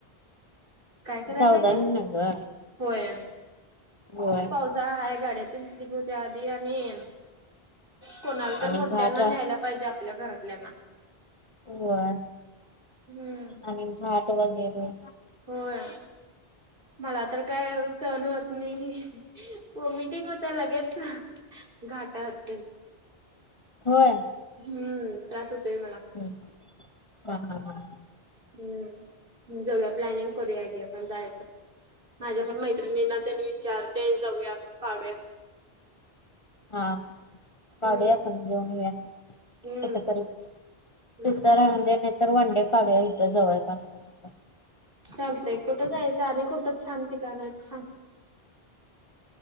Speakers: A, on the right; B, on the left.
A: काय कराय
B: सावधानी
A: पाहिजे,
B: ना ग.
A: होय
B: होय
A: पावसाळा हाय गाड्यात. स्लीप होते आधी आणि कोणाला तर
B: आणि
A: मोठ्यांना
B: घाट
A: न्यायला पा पाहिजे आपल्या घरातल्यांना.
B: होय,
A: हम्म.
B: आणि घाट वगैरे.
A: होय, मला तर काय असं. सहन होत नाही वोमिटिंग होत लगेच घाटात
B: होय.
A: हम्म. त्रास होतोय मला.
B: हम्म. हा हा हा.
A: हम्म. जाऊया प्लॅनिंग करूया घे, आपण जायचं. माझ्या पण मैत्रिणींना तेन विचारते जाऊया मग काढू या.
B: हा.. काढूया
A: हम्म.
B: आपण जाऊन येऊया,
A: हम्म
B: कुठं तरी तिथं
A: हम्म.
B: राहू दे ना तर वनडे काढू या, इथं जवळपास कुठं.
A: चालतंय कुठं जायचं आणि, कुठं छान ठिकाण आहेत सांग.